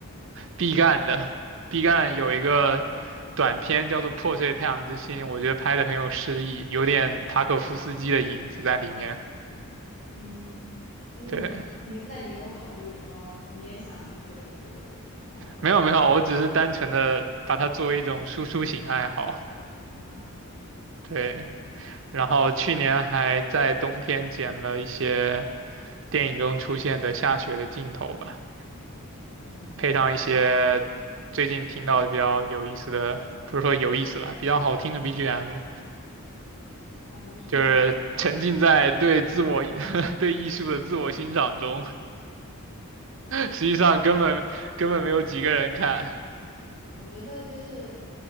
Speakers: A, on the right (about 55°); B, on the left (about 35°).
A: 毕赣的。毕赣有一个短片叫做《破碎太阳之心》，我觉得拍的很有诗意，有点塔可夫斯基的影子在里面。
B: 嗯嗯，
A: 对。
B: 你那你有考虑说你也想去做一个博主，然后把你
A: 没有没有，我只是单纯的把它作为一种输出型爱好。
B: 啊，
A: 对，然后去年还在冬天剪了一些电影中出现的下雪的镜头吧，
B: 嗯，
A: 配上一些最近听到的比较有意思的，不是说有意思吧，比较好听的 BGM，
B: 蛮不错的。
A: 就是沉浸在对自我 <laughs> 对艺术的自我欣赏中。实际上根本根本没有几个人看。
B: 我觉得就是